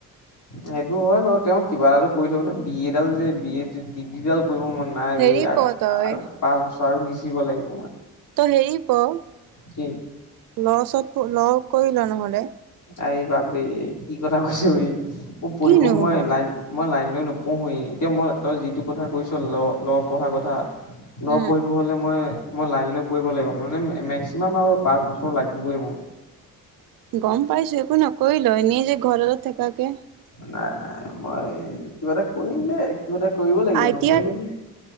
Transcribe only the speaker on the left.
সেইটো হয় বাৰু, তেওঁ কিবা এটাটো কৰি থাক বি এ ডাল যে বি এ ডিগ্ৰীডাল কৰিব মন নাই বে
আৰু,
পাঁচ বছৰ আৰু গিচিব লাগিব মই।
কি
আৰে বাপৰে কি কথা কৈছ এই! মোৰ পঢ়িব
মই
লাইন মই লাইন লৈ নোপঢ়হোৱেই, এতিয়া মই তই যিটো কথা কৈছ ল ল পঢ়াৰ কথা ল'
পঢ়িব হ'লে মই মই লাইন লৈ পঢ়িব লাগিব মানে মেক্সিমাম আৰু পাঁচ বছৰ লাগিবই মোক।
নাই নাই মই কিবা এটা কৰিম দে। কিবা এটা কৰিব লাগিব
নকৰিলে
কি,